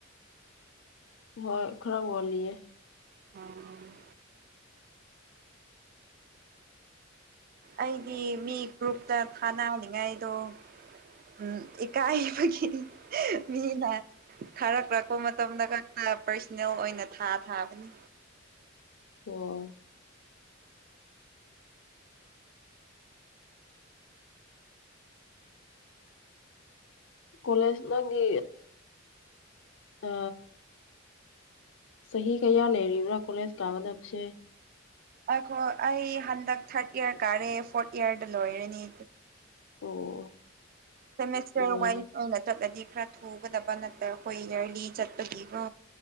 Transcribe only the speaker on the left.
ꯍꯣꯏ ꯈꯔ ꯋꯥꯠꯂꯤꯌꯦ꯫
ꯑꯣ꯫ ꯀꯣꯂꯦꯖ ꯅꯪꯗꯤ ꯑ ꯆꯍꯤ ꯀꯌꯥ ꯂꯩꯔꯤꯕ꯭ꯔꯥ ꯀꯣꯂꯦꯖ ꯀꯥꯒꯗꯕꯁꯦ꯫
ꯑꯣ꯫
ꯅꯨꯡꯉꯥꯏꯔꯤ